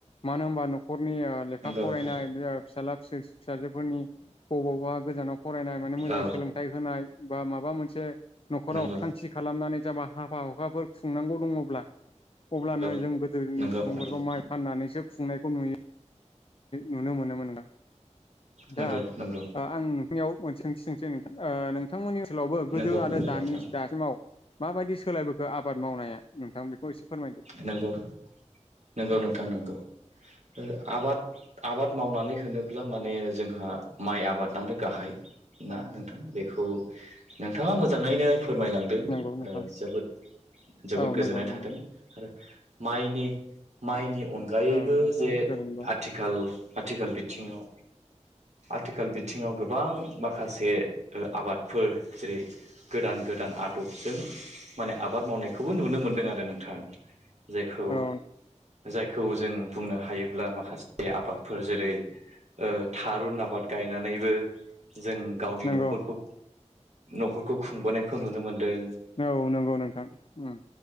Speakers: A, on the left (about 50°); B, on the right (about 65°).
A: मानो होनबार न'खरनि लेखा
B: नंगौ
A: फरायनाय
B: नंगौ
A: बे फिसाला फिसाजोफोरनि बबावबा गोजानाव फरायनाय माने मोजां
B: औ
A: सोलोंथाइ होनाय बा माबा मोनसे न'खराव
B: नंगौ
A: थांखि खालामनानै जाबा हााबा हुखाफोर खुंनांगौ दङब्ला अब्लानो
B: नंगौ
A: जों गोदोनि
B: नंगौ
A: सुबुंफोरखौ
B: नंगौ
A: माइ फाननानैसो खुंनायखौ नुयो। नुनो मोनोमोन नामा
B: नंगौ
A: दा
B: नंगौ
A: आं नोंथांनियाव सोंथि सोंसै नोंथां नोंथांमोननि ओनसोलावबो गोदो
B: नंगौ
A: आरो
B: नोंथां
A: दानि दासिमाव माबायदि सोलायबो बे आबाद मावनाया नोंथां बेखौ एसे फोरमायदो।
B: नंगौ नंगौ नोंथां <inaudible> आबाद आबाद मावनानै होनोब्ला माने जोंहा माइ आबादानो गाहाय ना नोंथां बेखौ नोंथाङा मोजाङैनो। फोरमायलांदों
A: नंगौ नोंथां
B: ओ जोबोद जोबोद
A: औ
B: गोजोननाय
A: नंगौ नंगौ
B: थादों आरो माइनि माइनि अनगायैबो
A: औ नोंथां
B: जे
A: गोरोंबो
B: आथिखाल आथिखाल बिथिङाव आथिखाल बिथिङाव गोबां माखासे आबादफोर जेरै गोदान गोदान। आदबजों माने आबाद मावनाय खौबो नुनो मोनदों आरो नोंथां जायखौ
A: औ
B: जायखौ जों बुंनो हायोब्ला माखासे आबादफोर जेरै ओ थारुन आबाद गायनानैबो जों गावनि
A: नंगौ
B: न'खरखौ
A: नंगौ
B: न'खरखौ खुंबोनायखौ नुनो मोन्दों।
A: औ नंगौ नोंथां उम